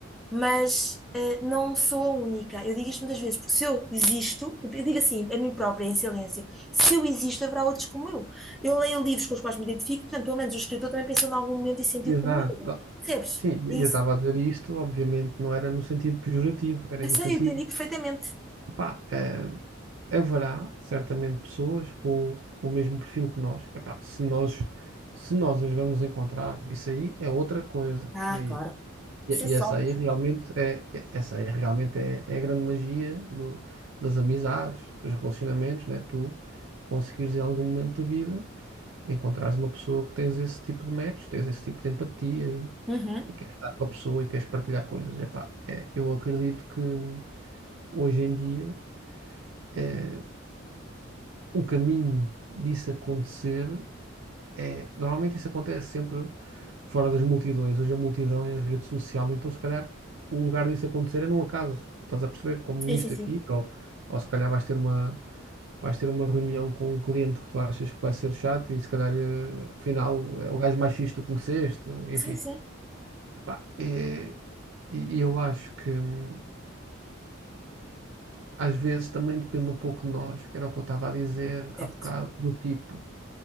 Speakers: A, in the centre; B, on the right.
A: mas eh, não sou a única. Eu digo isto muitas vezes, porque se eu existo, eu digo assim, a mim própria, em silêncio, se eu existo, haverá outros como eu. Eu leio livros com os quais me identifico, portanto, pelo menos o escritor também pensou em algum momento e sentiu
B: Exato.
A: como eu.
B: Oh,
A: Percebes?
B: Sim,
A: É
B: eu eu
A: isso.
B: estava a dizer isto, obviamente não era no sentido pejorativo, era
A: Eu
B: no
A: sei,
B: sentido,
A: eu entendi perfeitamente.
B: pá, eh, haverá certamente pessoas com, com o mesmo perfil que nós. Epá, se nós, se nós as vamos encontrar, isso aí é outra coisa.
A: Ah,
B: E,
A: claro.
B: e-
A: Isso é só.
B: e essa aí realmente é, é- essa aí realmente é, é a grande magia do- das amizades, dos relacionamentos, né? Tu conseguires em algum momento da vida encontrares uma pessoa que tens esse tipo de match, tens esse tipo de empatia e,
A: Uhum.
B: e queres estar com a pessoa e queres partilhar coisas. Epá, é, eu acredito que hum, hoje em dia eh, o caminho disso acontecer é, normalmente isso acontece sempre fora das multidões. Hoje a multidão é a rede social, então se calhar o lugar disso acontecer é num acaso. Estás a perceber? Como nisto
A: Sim, sim,
B: aqui,
A: sim.
B: ou, ou se calhar vais ter uma, vais ter uma reunião com um cliente que tu achas que vai ser chato e se calhar, eh, afinal, é o gajo mais fixe que tu conheceste, enfim.
A: Sim, sim.
B: Pá, é- e e eu acho que hum, às vezes também depende um pouco de nós, que era o que eu estava a dizer há
A: Certo.
B: bocado, do tipo.